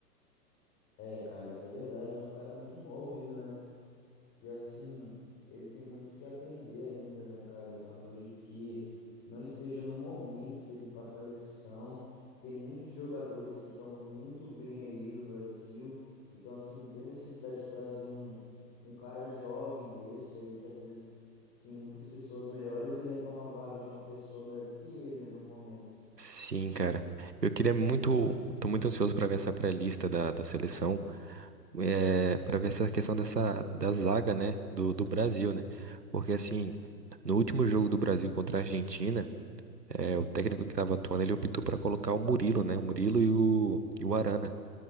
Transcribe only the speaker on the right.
Sim, cara. Eu queria muito, eu tô muito ansioso pra ver essa pré-lista da, da seleção, é, para ver essa questão dessa da zaga, né, do, do Brasil, né? Porque assim, no último jogo do Brasil contra a Argentina, é, o técnico que tava atuando, ele optou pra colocar o Murilo, né? O Murilo e o, e o Arana,